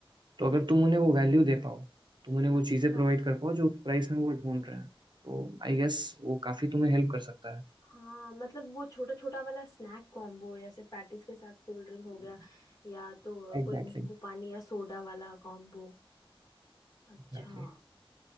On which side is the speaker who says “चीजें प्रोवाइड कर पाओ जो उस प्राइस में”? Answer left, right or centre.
Right